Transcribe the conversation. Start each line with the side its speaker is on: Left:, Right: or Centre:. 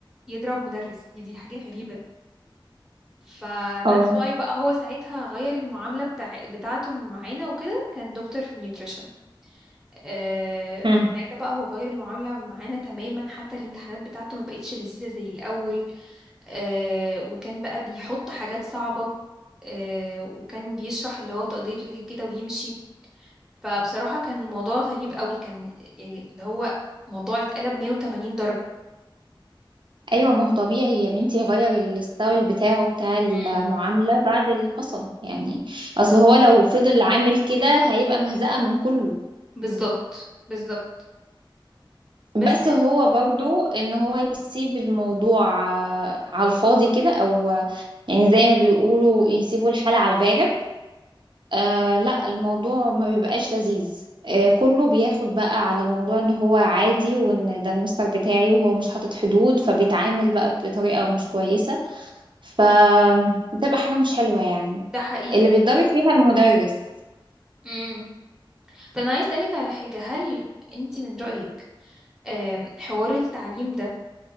Centre: يضرب مدرس دي دي حاجة غريبة ف that's
Right: اه
Centre: why بقى هو ساعتها غير المعاملة بتاع بتاعته معانا وكده كان دكتور في النيوتريشن آه
Right: مم.
Centre: فساعتها بقى هو غير المعاملة معانا تماما حتى الامتحانات بتاعته ما بقتش لذيذة زي الأول آه وكان بقى بيحط حاجات صعبة آه وكان بيشرح اللي هو تقضية واجب كده ويمشي فبصراحة كان الموضوع غريب قوي كان آه اللي هو موضوع اتقلب 180
Right: ايوه ما هو طبيعي يا بنتي يغير الستايل بتاعه بتاع المعاملة
Centre: درجة
Right: بعد اللي حصل يعني اصل هو لو فضل عامل كده هيبقى مهزقة من كله
Centre: بالظبط بالظبط بس
Right: بس
Centre: يا
Right: هو
Centre: ستي،
Right: برضو ان هو يسيب الموضوع آه، على الفاضي كده او آه، يعني زي ما بيقولوا يسيبوا الحالة على الغارب آه لا الموضوع ما بيبقاش لذيذ آه كله بياخد بقى على الموضوع ان هو عادي وان ده المستر بتاعي وهو مش حاطط حدود فبيتعامل بقى بطريقة مش كويسة فبتبقى حاجة مش حلوة يعني
Centre: ده حقيقي
Right: اللي بيتضرب فيها المدرس
Centre: امم ده انا عايز اسالك على حاجه هل انت من رايك آم، حوار التعليم ده